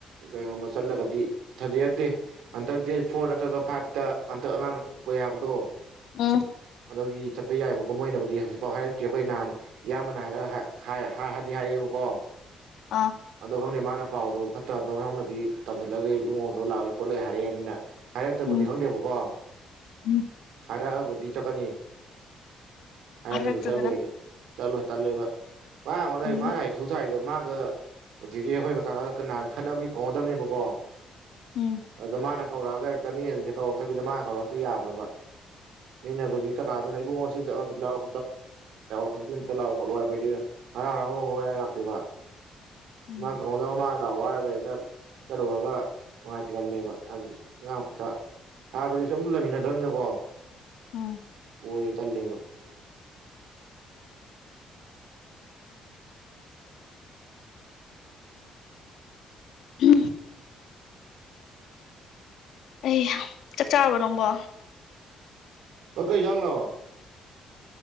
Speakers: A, on the right; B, on the left.
A: ꯀꯩꯒꯨꯝꯕ ꯆꯠꯂꯒꯗꯤ ꯊꯥꯖꯦꯠꯇꯦ ꯍꯟꯇꯛ ꯗꯦꯠ ꯐꯣꯔ ꯅꯠꯇ꯭ꯔꯒ ꯐꯥꯏꯚꯇ ꯍꯟꯇꯛ ꯑꯉꯥꯡ ꯄꯣꯑꯦ ꯍꯥꯏꯕꯗꯣ
B: ꯎꯝ
A: ꯗꯒꯤ ꯆꯠꯄ ꯌꯥꯏꯕꯀꯣ ꯃꯣꯏꯅꯕꯨꯗꯤ ꯍꯧꯖꯤꯛꯐꯥꯎ ꯍꯥꯏꯔꯛꯇ꯭ꯔꯤ ꯑꯈꯣꯏ ꯅꯍꯥꯟ ꯏꯌꯥꯝꯕꯅ ꯍꯥꯏꯔꯒ ꯍ ꯍꯥꯏ ꯍꯥꯏ ꯍꯥꯏꯗꯤ ꯍꯥꯏꯔꯦꯑꯦꯕꯀꯣ
B: ꯑꯥ
A: ꯑꯗ ꯈꯪꯗꯦ ꯃꯥ ꯅ ꯄꯥꯎꯗꯣ ꯐꯠꯇ ꯀꯉꯥꯎꯅꯕꯤ ꯇꯝꯁꯤꯜꯂꯒꯤ ꯏꯉꯣꯡ ꯇꯧꯔ ꯂꯥꯛꯑꯣꯏ ꯈꯣꯠꯂꯣꯏ ꯍꯥꯏꯔꯦꯑꯦ ꯃꯤꯅ ꯍꯥꯏꯔꯛꯇꯕꯨꯗꯤ
B: ꯎꯝ
A: ꯈꯪꯗꯦꯕꯀꯣ
B: ꯎꯝ
A: ꯍꯥꯏꯔꯛꯑ ꯄꯨꯗꯤ ꯆꯀꯅꯤ ꯍꯥꯏꯇꯔꯗꯤ
B: ꯍꯥꯏꯔꯛꯇ꯭ꯔꯒꯅ
A: ꯆꯠꯂꯣꯏ ꯑꯩꯖꯨ ꯆꯠꯂꯣꯏ ꯇꯜꯂꯦꯕ ꯃ ꯑꯩꯉꯣꯟꯗ
B: ꯎꯝ
A: ꯃꯥꯅ ꯍꯩꯊꯨ ꯁꯥꯔꯤꯗꯣ ꯃ ꯗ ꯍꯨꯖꯤꯛꯀꯤ ꯑꯈꯣꯏ ꯀꯀꯥꯥꯀꯒ ꯀꯅꯥꯅ ꯈꯟꯅꯕꯒꯤ ꯀꯧꯅꯗꯕꯅꯦꯕ ꯀꯣ
B: ꯎꯝ
A: ꯑꯗ ꯃꯥꯅ ꯀꯧꯔꯛꯑꯒ ꯂꯩꯔꯛꯇꯃꯤ ꯑꯗꯨꯁ ꯀꯧꯔꯛꯇꯕꯤꯗ ꯃꯥ ꯀꯧꯔꯛꯇ ꯌꯥꯕ꯭ꯔꯕ ꯃꯤ ꯍꯧꯖꯤꯛ ꯀꯀꯥꯗꯨꯅ ꯑꯩꯕꯨꯡꯉꯣ ꯈꯣꯠꯇꯤ ꯂꯥꯛꯑꯣ ꯈꯝꯇ ꯂꯥꯛꯑꯣ ꯈꯣꯠꯂꯑꯣ ꯍꯥꯏꯕꯗꯤ ꯍꯔ ꯂꯥꯛꯇꯣꯏꯕ <inaudible>
B: ꯎꯝ
A: ꯃꯥꯒꯗ ꯃꯥ ꯋꯥꯔꯒ ꯇꯔꯨꯔꯒ ꯇꯜꯂꯦꯕꯥ ꯍꯥꯏꯗꯤ ꯑꯕꯗꯤ ꯁꯨꯝ ꯂꯩꯃꯤꯟꯅꯗ꯭ꯔꯕꯅꯀꯣ
B: ꯎꯝ
A: ꯍꯣꯏ ꯇꯂꯦꯕ
B: ꯎ ꯑꯩ ꯆꯥꯛ ꯆꯥꯔꯕ ꯅꯣꯕꯣ
A: ꯍꯣꯏ ꯀꯩ ꯑꯦꯟꯖꯥꯡꯅꯤ